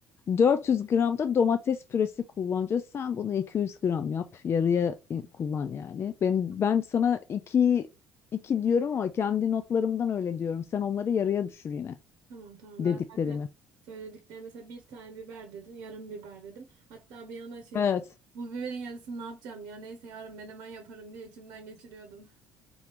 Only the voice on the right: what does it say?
Tamam
tamam tamam.
ben zaten söylediklerim mesela bir tane biber dedin yarım biber dedim. Hatta bir yana şey
bu biberin yarısını ne yapacağım ya neyse yarın menemen yaparım diye içimden geçiriyordum.